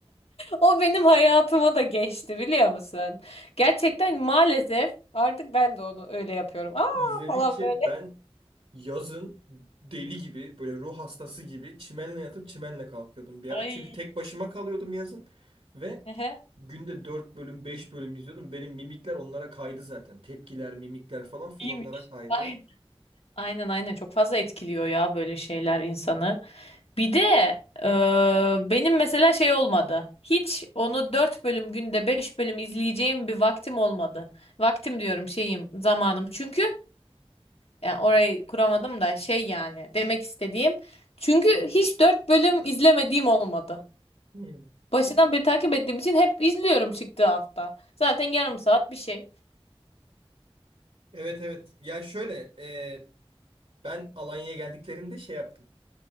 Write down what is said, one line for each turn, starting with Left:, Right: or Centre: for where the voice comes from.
Left: O benim hayatıma da geçti biliyor musun? Gerçekten maalesef artık ben de onu öyle yapıyorum. Aa
Right: İzledikçe
Left: falan böyle.
Right: ben yazın deli gibi böyle ruh hastası gibi çimenle yatıp çimenle kalkıyordum bir ara.
Left: Ay.
Right: Çünkü tek başıma kalıyordum yazın ve
Left: Ehe,
Right: günde 4 bölüm 5 bölüm izliyordum. Benim mimikler onlara kaydı zaten. Tepkiler, mimikler falan full
Left: iyiymiş
Right: onlara kaydı.
Left: Ay. Aynen aynen çok fazla etkiliyor ya böyle şeyler insanı. Bir de e, benim mesela şey olmadı. Hiç onu 4 bölüm günde 5 bölüm izleyeceğim bir vaktim olmadı. Vaktim diyorum şeyim zamanım. Çünkü yani orayı kuramadım da şey yani demek istediğim. Çünkü hiç 4 bölüm izlemediğim olmadı.
Right: Hmm.
Left: Başından beri takip ettiğim için hep izliyorum çıktığı hafta. Zaten yarım saat bir şey.
Right: Evet evet. Ya şöyle e, ben Alanya'ya geldiklerinde şey yaptım.